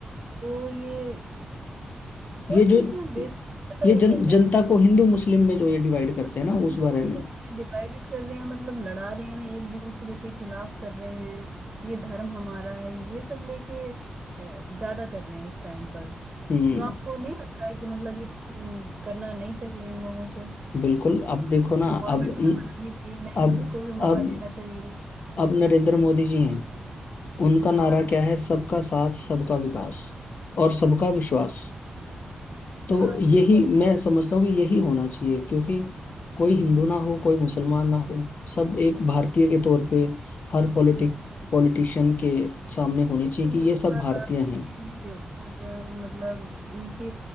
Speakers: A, on the right; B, on the left.
A: जो ये पॉलिटिक्स
B: ये जो
A: में बेसिक पता
B: ये
A: है क्या
B: जन
A: है
B: जनता को हिंदू मुस्लिम में जो ये डिवाइड करते हैं ना
A: हम
B: उस
A: तो
B: बारे
A: मतलब
B: में
A: डिवाइडेड कर रहे हैं मतलब लड़ा रहे हैं ना एक दूसरे के खिलाफ कर रहे हैं ये धर्म हमारा है ये सब लेके अ, ज्यादा कर रहे हैं इस टाइम पर
B: हम्म
A: तो आपको नहीं लगता है कि मतलब ये अम, करना नहीं चाहिए इन लोगों को
B: बिल्कुल अब देखो ना
A: गवर्नमेंट
B: अब
A: हमें बदलनी चाहिए नई
B: अब
A: यूथ को भी
B: अब
A: मौका देना चाहिए
B: अब नरेंद्र मोदी जी हैं उनका
A: हाँ
B: नारा क्या है सबका साथ सबका विकास और सबका विश्वास तो
A: हाँ
B: यही
A: ठीक है
B: मैं समझता हूँ कि यही होना चाहिए क्योंकि कोई हिंदू ना हो कोई मुसलमान ना हो सब एक भारतीय के तौर पे हर पॉलिटिक पॉलिटिशियन के सामने होनी
A: लेकिन
B: चाहिए कि
A: एक
B: ये सब
A: बात
B: भारतीय
A: आप
B: हैं
A: ये भी देखो जब मतलब इनके